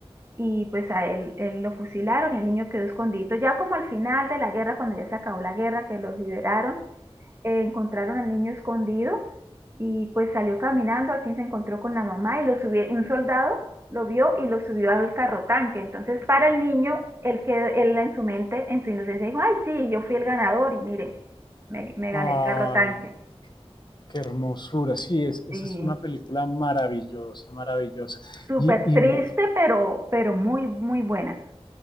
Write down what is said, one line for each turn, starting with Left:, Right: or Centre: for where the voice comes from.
Right: y pues a él, él, lo fusilaron y el niño quedó escondido. Ya como al final de la guerra, cuando ya se acabó la guerra, que los liberaron, eh, encontraron al niño escondido y pues salió caminando, al fin se encontró con la mamá y lo subió, un soldado lo vio y lo subió al carro tanque. Entonces, para el niño, él, quedó él en su mente, en su inocencia, dijo, ay, sí, yo fui el ganador y mire, me, me gané
Left: Ay,
Right: el carro tanque.
Left: qué hermosura. Sí, es, esa
Right: Sí,
Left: es una película maravillosa, maravillosa.
Right: Súper
Left: Y,
Right: triste,
Left: y
Right: pero, pero muy, muy buena.